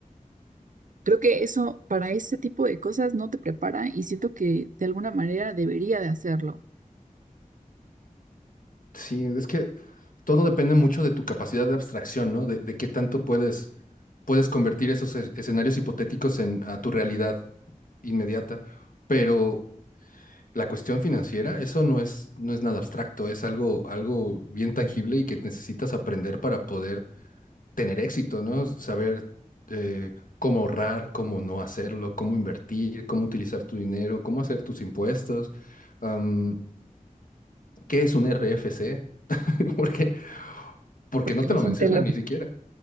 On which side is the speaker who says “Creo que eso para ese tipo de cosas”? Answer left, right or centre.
Right